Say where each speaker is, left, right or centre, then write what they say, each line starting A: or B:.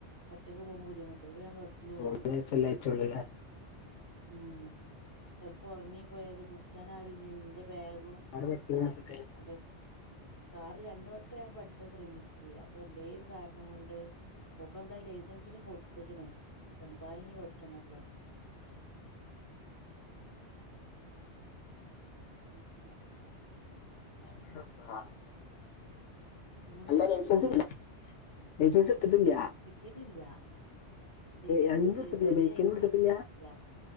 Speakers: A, on the left (about 50°); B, on the left (about 80°).
A: ഒറ്റൊക്ക് പോകുമ്പോ ബുദ്ധിമുട്ട് ണ്ട് ഇന്നട്ട ഞാൻ ബസ്സിന്
B: മൂന്ന്
A: പോകും
B: വയസ്സല്ലേ ആയിട്ടുള്ളൂല്ലേ
A: ഉം ചെൽപ്പൊ ഒർങ്ങി പോയല് പുടിച്ചാ നാരുല്ലെയ്നും ഇന്റെ ബാഗും
B: അൗടെ പഠ്ച്ചതാ ഷെ
A: അതെ കാറ് രണ്ട വട്ടം ഞാൻ പഠിച്ചാ ശ്രമിച്ച് അപ്പൊ എന്തേ ഒരു കാരണം കൊണ്ട് മൂപ്പ എന്താ ലൈസൻസിന് കൊടുത്ത്ക്ണ് അപ്പൊ എന്തായാലും ഞ് പഠിച്ചണല്ലോ ഉം അങ്ങനെ
B: <unintelligible>
A: ഇങ്ങനെ
B: നല്ല ലൈസൻസിലെ ലൈസൻസ്‌ട്ത്ത്ട്ടില്ല്യ
A: കിട്ടീട്ട്ല്യ ലൈസൻസ്ട്ത്തിട്ടില്യ
B: രണ്ടും എടുത്തിട്ടില്ല
A: ഇതുവരെ
B: ബൈക്കിനും
A: അതിന്
B: എടുത്തിട്ടില്ല
A: തിരിഞ്ഞിട്ടില്ല